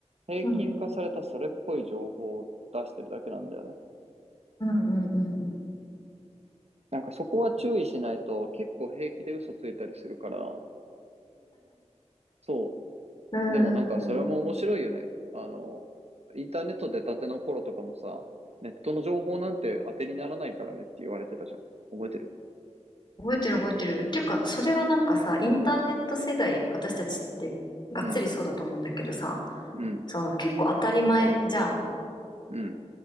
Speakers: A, on the right; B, on the left.
A: 平均化されたそれっぽい情報を出してるだけなんだよね。
B: うん、うん、うん、うん。
A: なんかそこは注意しないと結構平気で嘘ついたりするから、そ
B: うん、
A: うでもなんかそれも面白いよね。
B: うん、
A: あの、インターネット出たての頃とかもさ、ネットの情報なんて当てにならないからねって言われてたじゃん。覚えてる
B: 覚えてる覚えてる。っていうか、それはなんかさ、インターネット世代、私たちってがっつりそうだと思うんだけどさ、
A: うん、うん、
B: その結構当たり前じゃん。
A: うん、